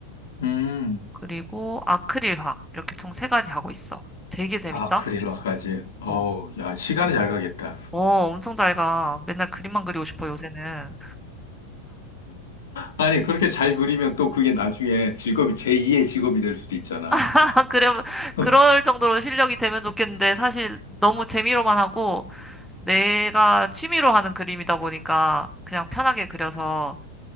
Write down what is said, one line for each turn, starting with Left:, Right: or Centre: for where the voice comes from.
Left: 음.
Centre: 그리고 아크릴화 이렇게 총 세 가지 하고 있어. 되게 재밌다.
Left: 아크릴화까지. 어우,
Centre: 어,
Left: 야, 시간이 잘 가겠다.
Centre: 어, 엄청 잘 가. 맨날 그림만 그리고 싶어 요새는.
Left: 아니, 그렇게 잘 그리면 또 그게 나중에 직업이, 제2의 직업이 될 수도 있잖아.
Centre: <laughs> 그래,
Left: <laughs>
Centre: 그럴 정도로 실력이 되면 좋겠는데, 사실 너무 재미로만 하고, 내가 취미로 하는 그림이다 보니까, 그냥 편하게 그려서,